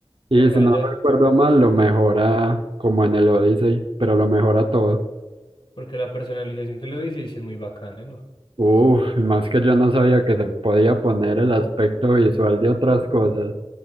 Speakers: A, on the right; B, on the left.
A: Y
B: qué falla.
A: si no recuerdo mal, lo mejora como en el Odyssey, pero lo mejora todo.
B: Porque la personalización te lo dice y sí es muy bacana,
A: Uf, y más que yo no sabía que se podía poner el aspecto visual de otras
B: ¿no?
A: cosas.